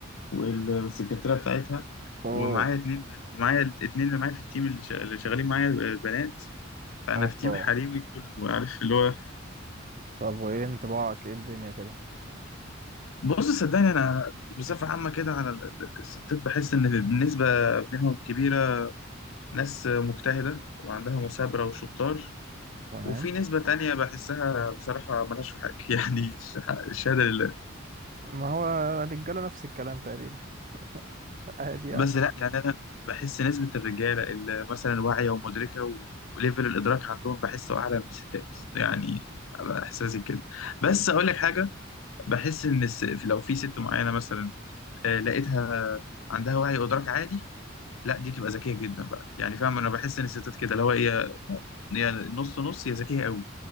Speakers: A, on the left; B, on the right.
A: والسكرتيرة بتاعتها
B: اوه
A: ومعايا اتنين بن- ومعايا الاتنين اللي معايا في التيم اللي شا- اللي شغالين معايا ب- بنات فأنا
B: اوبا
A: في تيم حريمي كله عارف اللي هو
B: طب وايه انطباعك ايه الدنيا كده
A: بص صدقني أنا بصفة عامة كده على ال- ال- الستات بحس إن بالنسبة منهم كبيرة ناس مجتهدة وعندها مثابرة وشطار
B: تمام
A: وفي نسبة تانية بحسها بصراحة ملهاش في حق <laughs> يعني الش- الشهادة لله
B: ما هو الرجاله نفس الكلام تقريبا <laughs> عادي يعني
A: بس لا يعني أنا بحس نسبة الرجالة اللي مثلا واعية ومدركة و- وليفل الإدراك عندهم بحسه أعلى من الستات يعني على إحساسي كده بس أقول لك حاجة بحس إن الس- لو في ست معينة مثلا آه، لقيتها عندها وعي وإدراك عالي لا دي تبقى ذكية جدا بقى يعني فاهم أنا بحس إن الستات كده اللي هو هي هي نص نص هي ذكية قوي